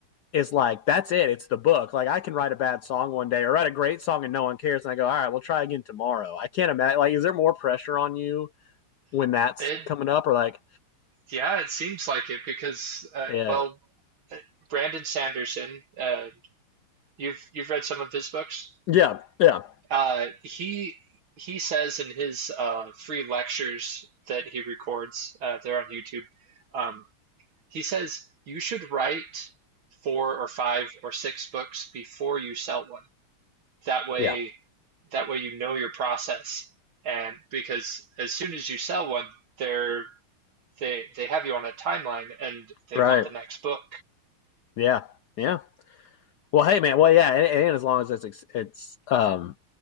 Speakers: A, on the left; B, on the right.
A: is like, that's it. It's the book. Like, I can write a bad song one day or write a great song and no one cares. And I go, all right, we'll try again tomorrow. I can't imagine. Like, is there more pressure on you when
B: <laughs>
A: that's
B: it
A: coming up or like,
B: yeah, it seems like it because uh,
A: yeah,
B: well, uh, Brandon Sanderson, uh, you've you've read some of his books.
A: yeah, yeah,
B: Uh, he he says in his uh, free lectures that he records, uh, they're on YouTube. Um, he says you should write four or five or six books before you sell one. That way,
A: Yeah.
B: that way you know your process. And because as soon as you sell one, they're they they have you on a timeline and they
A: right.
B: want the next book.
A: Yeah, yeah. Well, hey, man. Well, yeah, and, and as long as it's it's um,